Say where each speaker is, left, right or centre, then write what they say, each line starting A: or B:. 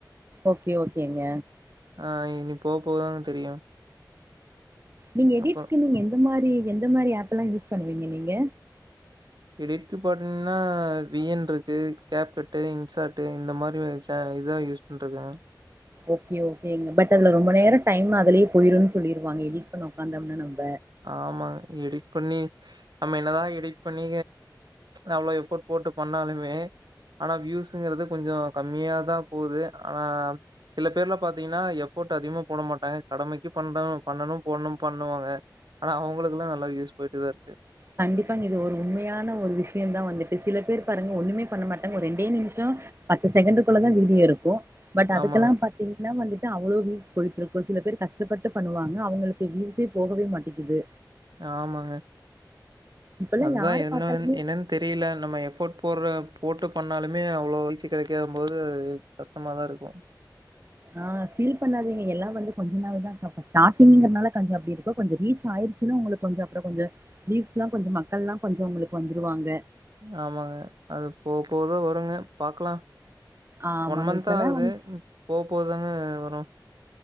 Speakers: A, on the right (about 35°); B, on the right (about 70°).
A: ஓகே ஓகேங்க
B: ஆ இனி போ போதாங்க தெரியும்
A: நீங்க எடிட்க்கு
B: அப்புறம்
A: நீங்க எந்த மாரி எந்த மாரி ஆப் எப்லாம் யூஸ் பண்ணுவீங்க நீங்க
B: எடிட்க்கு பாத்தீங்கன்னா வி என் இருக்கு கேப் கட்டு இன்சார்ட் இந்த மாரிச்ச இதுதான் யூஸ் பண்ணிட்ருக்கேங்க
A: ஓகே ஓகேங்க பட் அதுல ரொம்ப நேரம்டைம் அதுலயே போயிரும் சொல்லிருவாங்க எடிட் பண்ண உக்காந்தோம்னா நாம
B: ஆமாங்க எடிட் பண்ணி நம்ம என்னதா எடிட் பண்ணி அவ்வளவு எஃபோர்ட் போட்டு பண்ணாலுமே ஆனா வியூஸுங்கிறது கொஞ்சம் கம்மியாதான் போகுது ஆனா சில பேர்ல பாத்தீங்கன்னா எஃபோர்ட் அதிகமா போட மாட்டாங்க கடமைக்கு பண்றாம் பண்ணனும் போடணும் பண்ணுவாங்க ஆனா அவங்களுக்கெல்லாம் நல்லா வியூஸ் போயிட்டுதான் இருக்கு
A: கண்டிப்பாங்க இது ஒரு உண்மையான ஒரு விஷயம் தான் வந்துட்டு சில பேர் பாருங்க ஒண்ணுமே பண்ண மாட்டாங்க ஒரு ரெண்டே நிமிஷம் பத்து செகண்டுக்குள்ள தான் வீடியோ இருக்கும் பட் அதுக்கெல்லாம்
B: ஆமாங்க.
A: பாத்தீங்கன்னா வந்து அவ்வளோ வீவஸ் போயிட்டு இருக்கோ சில பேர் கஷ்டப்பட்டு பண்ணுவாங்க அவங்களுக்கு வீவஸே போகவே மாட்டேங்குது
B: ஆமாங்க
A: இப்பெல்லா
B: அதுதான்
A: யாரு
B: என்ன
A: பாத்தாலுமே
B: என்னன்னு தெரியல நம்ம எஃபோர்ட் போடுற போட்டு பண்ணாலுமே அவ்வளோ வீழ்ச்சி கிடைக்கும் போது கஷ்டமாக தான் இருக்கும்
A: ஆஹ் ஃபீல் பண்ணாதீங்க எல்லாம் வந்துஞ்ச நாள் தான் இரு ஸ்டாரிங்கறனால கொஞ்சம் அப்படி இருக்கும் கொஞ்சம் ரீச் ஆயிருச்சுன்னா உங்களுக்கு கொஞ்சம் அப்றகொஞ்சம் லீ்ஸ்லாம் கொஞ்சம் மக்கல்லாம் கொஞ்ச வந்துருவாங்க
B: ஆமாங்க அது போ போதா வருங்க பாக்கலாம்
A: ஆமாங்க
B: ஒன் மந்த்தா
A: இப்பெல்லா
B: ஆகுது
A: வந்து
B: போக போதாங்க வரும்